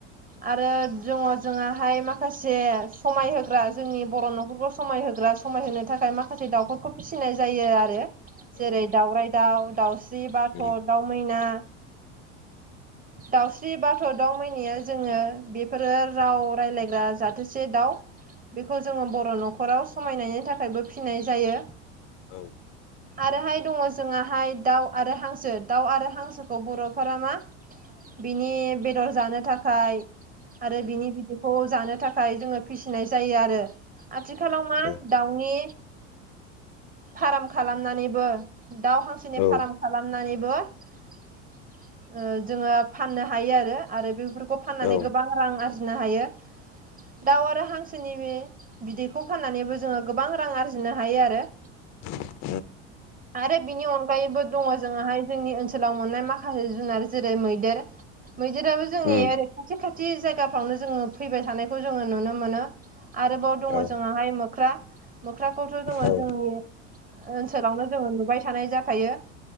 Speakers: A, on the right (about 25°); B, on the left (about 55°).
A: आरो दङ जोंआहाय माखासे समायहोग्रा जोंनि बर' न'खरखौ समायहोग्रा समायहोनो थाखाय माखासे दाउफोरखौ फिसिनाय जायो आरो। जेरै
B: औ औ
A: दाउरराय दाउ दाउस्रि बाथ'
B: उम
A: दाउ मैना। दाउस्रि बाथ' दाउ मनिया जोङो बेफोरो राव राय्लायग्रा जाथोसे दाउ। बेखौ जोङो बर' न'खराव
B: औ
A: समायनायनि थाखायबो फिनाय जायो।
B: औ।
A: आरोहाय दङ जोंहाय दाउ आरो हांसो दाउ आरो हांसोखौ बर'फोरा मा? बिनि बेदर जानो थाखाय आरो बिनि बिदि खौ जानो थाखाय़ फिसिनाय जायो आरो, आथीखालाउ मा?
B: औ
A: दाउनि फार्म खालामनानैबो दाउ हांसोनि
B: औ
A: फार्म खालामनानैबो ओ जोङो फाननो हायो आरो, आरो बेफोरखौ खौ फाननानै
B: औ उम
A: गोबां रां आरजिनो हायो। दाउ आरो हांसोनि बे बिदैखौ फाननानैबो जोङो गोबां रां आरजिनो हायो आरो।
B: <inaudible>
A: आरो बिनि अनगायैबो दङ जोंाहाय जोंनि ओनसोलाव मोननाय माखासे जुना जेरै मैदेर मैदेराबो जोंनि
B: उम
A: ओरै खाथि खाथि जायगाफ्रावनो जोङो फैबाय थानायखौ जोङो नुनो मोनो। आरोबाव दङ
B: औ
A: जोंाहाय मोख्रा मोख्राखौथ' जोङो
B: औ
A: जोंनि ओनसोलावनो जोङो नुबाय थानाय जाखायो।